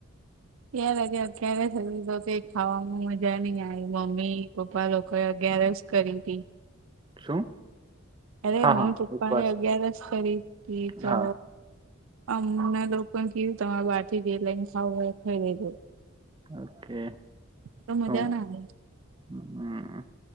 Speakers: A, on the right (about 70°); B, on the right (about 20°).
A: યાર અત્યારે જ તો કે ખાવાવામાં મજા નઈ આવે મમ્મી પપ્પા લોકો અગયારસ કરી હતી
B: શું
A: અરે
B: હા
A: મમ્મી
B: હા
A: પપ્પા
B: ઉપવાસ
A: એ અગિયારસ કરી હતી તો
B: હા
A: અમમે લોકોને કીધું તમારે બહાર થી જે લાઈને ખાવ હોય એ ખાઈ લેજો
B: ઓકે
A: તો મજા
B: હું
A: ના આવે
B: હમ